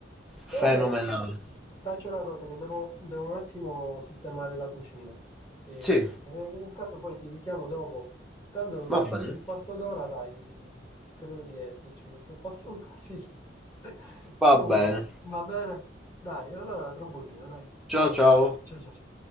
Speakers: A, on the left; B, in the centre.
A: Comunque,
B: fenomenale.
A: faccio una cosa che devo, devo un attimo sistemare la cucina. E,
B: Sì,
A: e nel caso poi ti richiamo dopo. Tanto fra
B: va bene,
A: un quarto d'ora, dai, credo di esserci, perché ho fatto un casino. <laughs>
B: va
A: Comunque,
B: bene.
A: va bene? Dai, allora tra un pochino, dai.
B: Ciao
A: Ciao,
B: ciao.
A: ciao, ciao, ciao.